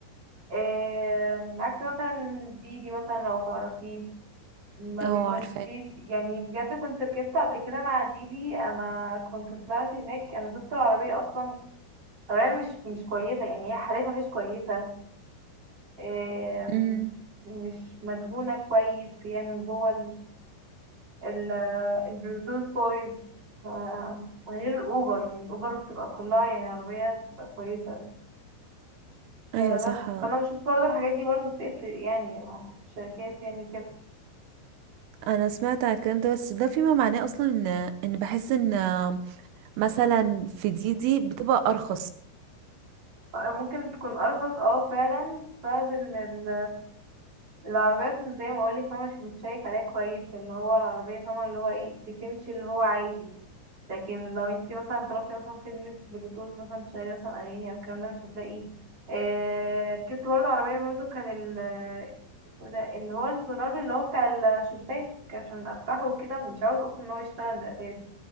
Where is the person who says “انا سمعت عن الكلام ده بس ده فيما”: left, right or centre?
Right